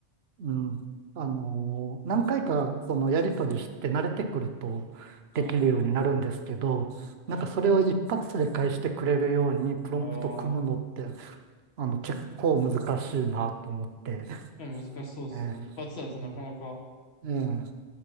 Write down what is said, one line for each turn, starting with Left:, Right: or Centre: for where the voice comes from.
Right: うん、あのー何回かそのやりとりして慣れてくるとできるようになるんですけど、
Left: はい、
Right: なんかそれを一発で返してくれるようにプロンプト組むのって、
Left: はい。ああ、
Right: あの結構難しいなと思ってね、
Left: 確かに難しそうですね。
Right: え
Left: 一発だとなかなか、
Right: え、うん